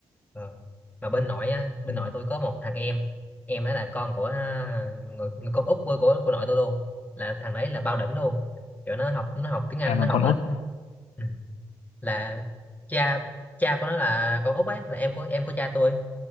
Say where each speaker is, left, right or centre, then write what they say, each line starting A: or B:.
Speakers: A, on the left (about 15°); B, on the left (about 70°).
A: Ờ. mà bên nội á bên
B: ừ.
A: nội tôi có một thằng em em đó là con của à, người, người con út của của của nội tôi luôn là thằng đấy là bao đỉnh luôn kiểu nó học nó học tiếng Anh
B: em là
A: nó học
B: con
A: ở
B: út của
A: ừ. là cha cha của nó là con út ấy là em của em của cha tôi